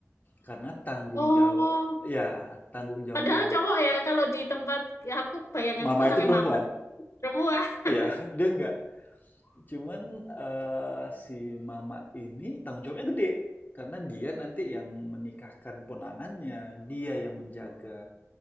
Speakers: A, on the left; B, on the left.
A: karena tanggung
B: Oh,
A: jawab ya, tanggung jawabnya
B: padahal cowok ya kalau di tempat aku bayanganku
A: mama
B: namanya
A: itu perempuan.
B: mama perempuan. <laughs>
A: Iya, <laughs> dia nggak Cuman eh, si mama ini tanggung jawabnya gede karena dia nanti yang menikahkan ponaannya, dia yang menjaga